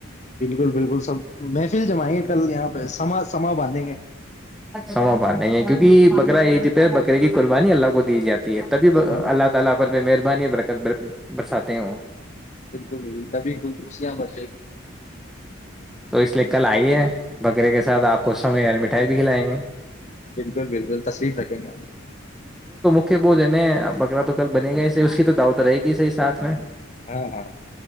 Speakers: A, on the left; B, in the centre.
A: بالکل بالکل سب محفل جمائیں گے کل یہاں پہ سما سما باندھیں گے ج
B: سمو پات نہیں ہے کیونکہ بکرا یہ د پ بکرے کی قربانی اللہ کو دی جاتی ہے تبھی
A: ہاں
B: اللہ تعالی پر بے مہربانی اور برکت ب برساتے ہو
A: بالکل بالکل تبھیشیاں بر
B: تو اس لیے کل آئیے بکرے کے ساتھ آپ کو سم یار مٹھائی بھی کھلائیں گے
A: بالکل بالکل تشلیف رکھیں گے ہم
B: بول ج ن بکرا تو کل بنے گا ہی اس کی تو دعوت رہے گی صحی ساتھ میں
A: ہاں ہاں